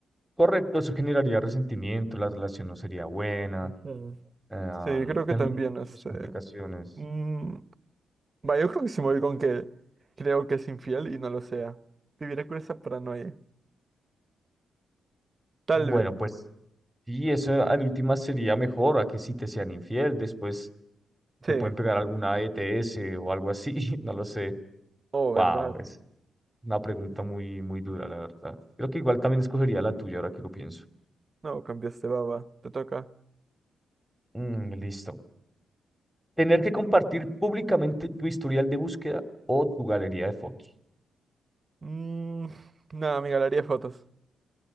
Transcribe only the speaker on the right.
ujú.
Sí, yo creo que
también, este,
mm, va, yo creo que sí me voy con que creo que es infiel y no lo sea. Viviré con esa paranoia. Tal
vez.
Sí.
Oh,
¿verdad?
No, cambiaste baba. Te toca.
Mm, nada, amiga, le haría fotos.